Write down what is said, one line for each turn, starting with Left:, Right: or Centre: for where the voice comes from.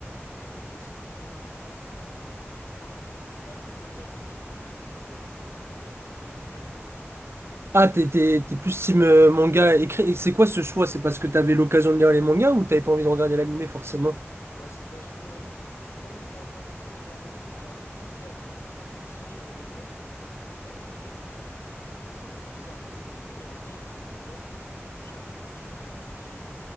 Left: Ouais, bah moi c'est mon, mon numéro un. Enfin, j'ai pas vu le- l'animé, mais j'ai lu, euh, j'ai j'ai acheté tous les mangas, j'ai tout lu.
Right: Ah, t'es t'es- t'es plus team euh, manga écrit. Et C'est quoi ce choix? C'est parce que t'avais l'occasion de lire les mangas ou t'avais pas envie de regarder l'animé, forcément?
Left: Bah c'est parce que comment ça a commencé? Naruto, ça a commencé avec des sortes de petits livres de poche, où c'était pas des mangas, c'était... bah, ça va être bizarre, mais c'était écrit en livres de poche, chapitre par chapitre, des tout petits livres.